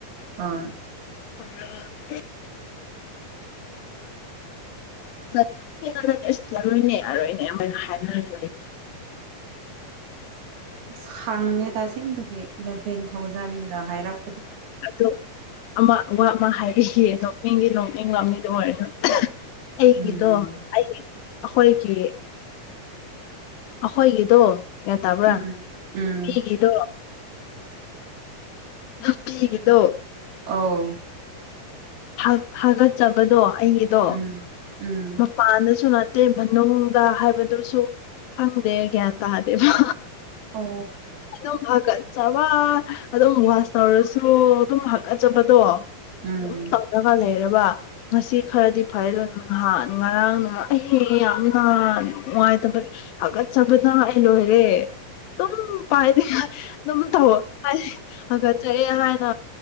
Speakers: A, on the right (about 75°); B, on the left (about 80°).
A: ꯑꯥ
B: ꯇꯧꯔꯒ ꯍꯦꯛ <unintelligible> ꯑꯁ ꯌꯥꯔꯣꯏꯅꯦ ꯌꯥꯔꯣꯏꯅꯦ ꯑꯈꯣꯢ ꯍꯥꯢꯅꯈ꯭ꯔꯦ
A: ꯑꯁ ꯈꯡꯉꯦꯗꯥ ꯑꯁꯦꯡꯕꯒꯤ ꯏꯂꯚꯦꯟ ꯊꯥꯎꯖꯟꯒ ꯍꯥꯏꯔꯛ
B: ꯑꯗꯣ ꯑꯃ ꯋꯥ ꯑꯃ ꯍꯥꯏꯕꯤꯒꯦ ꯅꯣꯛꯅꯤꯡꯗꯤ ꯅꯣꯛꯅꯤꯡꯂꯝꯅꯤ ꯑꯗꯣ ꯍꯣꯢ ꯑꯩꯒꯤꯗꯣ
A: ꯎꯝ
B: ꯑꯩꯒꯤ ꯑꯈꯣꯏꯒꯤ ꯑꯈꯣꯏꯒꯤꯗꯣ ꯒꯌ꯭ꯥꯟ ꯇ꯭ꯕꯔꯥ
A: ꯎꯝ ꯎꯝ
B: ꯃꯤꯒꯤꯗꯣ ꯅꯨꯄꯤꯒꯤꯗꯣ
A: ꯑꯣ
B: ꯍꯥ ꯍꯥꯒꯠꯆꯕꯗꯣ ꯑꯩꯒꯤꯗꯣ
A: ꯎꯝ ꯎꯝ
B: ꯃꯄꯥꯟꯗꯁꯨ ꯇꯦ ꯃꯅꯨꯡꯗ ꯍꯥꯏꯕꯗꯨꯁꯨ ꯈꯪꯗꯦ ꯒ꯭ꯌꯥꯟ ꯇꯥꯗꯦꯕ
A: ꯑꯣ
B: ꯑꯗꯨꯝ ꯍꯥ ꯀꯜ ꯆꯥꯕ ꯑꯗꯨꯝ ꯋꯥꯁ ꯇꯧꯔꯁꯨ ꯑꯗꯨꯝ ꯍꯥꯀꯠꯆꯕꯗꯣ
A: ꯎꯝ
B: ꯑꯗꯨꯝ ꯇꯧꯔꯒ ꯂꯩꯔꯕ ꯉꯁꯤ ꯈꯔꯗꯤ ꯐꯩ ꯑꯗꯨ ꯉꯍꯥꯟ ꯉꯔꯥꯡꯅ ꯑꯩ ꯍꯦ ꯌꯥꯝꯅ ꯅꯨꯡꯉꯥꯏꯇꯕ ꯍꯥꯒꯠꯆꯕꯗ ꯑꯩ ꯂꯣꯏꯔꯦ ꯗꯨꯝ ꯄꯥꯢꯗꯦ ꯍꯥ ꯑꯗꯨꯝ ꯇꯧꯑꯣ ꯑꯩ ꯍꯥꯒꯠꯆꯩꯌꯦ ꯀꯦ ꯍꯥꯢꯅꯣ